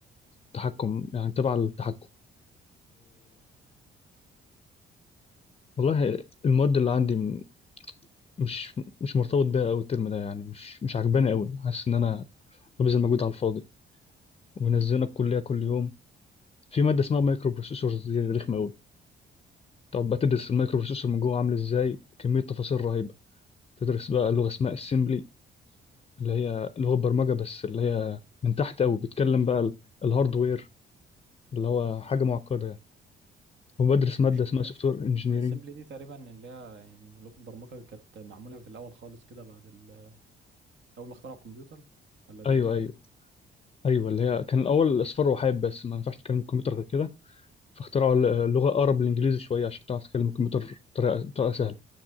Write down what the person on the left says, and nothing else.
تحكم يعني تبع التحكم والله المواد اللي عندي م- مش مش مرتبط بيها قوي الترم ده يعني مش مش عجباني قوي حاسس ان انا ببذل مجهود على الفاضي ومنزلنا الكليه كل يوم في ماده اسمها مايكرو بروسيسورز دي رخمه قوي تقعد بقى تدرس المايكرو بروسيسور من جوه عامل ازاي وكميه تفاصيل رهيبه تدرس بقى لغه اسمها اسمبلي اللي هي لغه برمجه بس اللي هي من تحت قوي بتكلم بقى ال- الهاردوير اللي هو حاجه معقده يعني وبدرس
ماده اسمها
سوفت وير انجينيرنج
ايوه
ايوه ايوه اللي هي كان الاول اصفار وحاب بس ما ينفعش تتكلم الكمبيوتر غير كده فاخترعوا اللغة أقرب للإنجليزي شوية عشان تعرف تتكلم الكمبيوتر بطريقة بطريقة سهلة